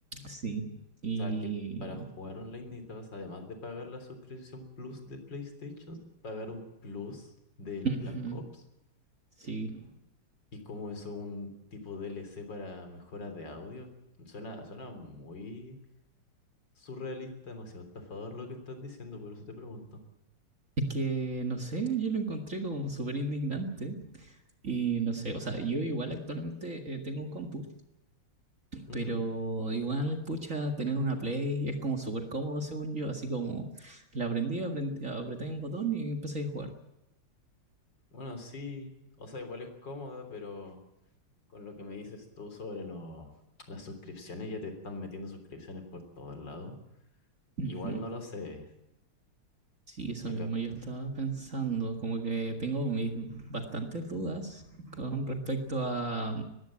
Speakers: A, on the right (about 35°); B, on the left (about 55°).
A: Sí, y...
B: O sea, que para jugar online necesitabas, además de pagar la suscripción Plus de PlayStation, pagar un Plus del
A: ujú,
B: Black Ops.
A: Sí,
B: ¿Y como eso un tipo D L C para mejora de audio? Suena, suena muy Surrealista, demasiado estafador lo que estás diciendo, por eso te pregunto.
A: es que no sé, yo lo encontré como súper indignante. Y no sé, o sea, yo igual actualmente eh, tengo un compu
B: Ujú.
A: Pero igual, pucha, tener una Play es como súper cómodo, según yo. Así como la aprendí, aprendí, apreté un botón y empecé a jugar.
B: Bueno, sí, o sea, igual es cómoda, pero con lo que me dices tú sobre lo- las suscripciones, ya te están metiendo suscripciones por todos lados.
A: Ujú.
B: Igual no lo sé,
A: Sí, eso
B: me
A: mismo
B: captas.
A: yo estaba pensando. Como que tengo mis bastantes dudas con respecto a,